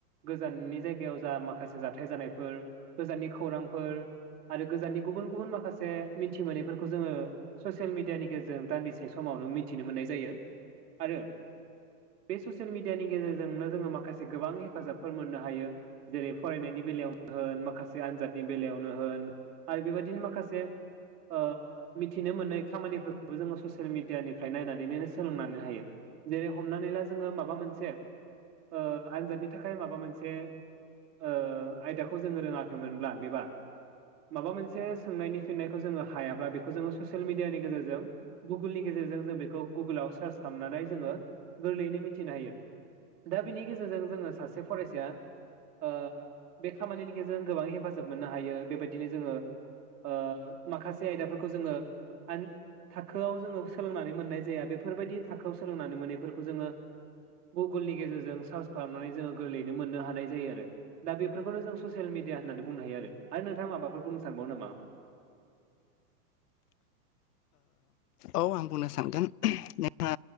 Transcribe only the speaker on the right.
गोजाननि जायगायाव जा माखासे जाथाय जानायफोर गोजाननि खौरांफोर आरो गोजाननि गुबुन गुबुन माखासे मिथि मोनैफोरखौ जोंङो, ससियेल मिडियानि गेजेरजों दान्दिसे समावनो मिथिनो मोननाय जायो। आरो, बे ससियेल मिडियानि गेजेरजोंनो जोंङो माखासे गोबां हेफाजाबफोर मोननो हायो। जेरै फरायनायनि बेलायावनो होन माखासे आनजादनि बेलायावनो होन, आरो बेबायदिनो माखासे ओ मिथिनो मोननाय खामानिफोरखौबो जोंङो ससियेल मिडियानिफ्राय नायनानैनो सोलोंनानै हायो। जेरै हमनानै ला जोंङो माबा मोनसे, ओ आनजादनि थाखाय माबा मोनसे ओ, आयदाखौ जोंङो रोङाखैमोनब्ला बेबा माबा मोनसे सोंनायनि फिननायखौ जोङो हायाब्ला। बेखौ जोंङो ससियेल मिडियानि गेजेरजों गुगोलनि गेजेरजों जों बेखौ गुगोलाव सार्च खालामनानै जोङो गोरलैयैनो मिथिनो हायो। दा बिनि गेजेरजों जोंङो सासे फरायसाया ओ बे खामानिनि गेजेरजों गोबां हेफाजाब मोननो हायो, बेबायदिनो जोंङो ओ माखासे आयदाफोरखौ जोंङो आन थाखोआव जोंङो सोलोंनानै मोननाय जाया, बेफोरबायदि थाखो सोलोंनानै मोनिफोरखौ जोंङो गुगुलनि गेजेरजों। सार्च खालामनानै जोंङो गोरलैनो मोननो हानाय जायो आरो। दा बेफोरखौनो जों ससियेल मिडिया मिडिया होननानै बुंनो हायो आरो, नोंथाङा माबाफोर बुंनो सानबावो नामा?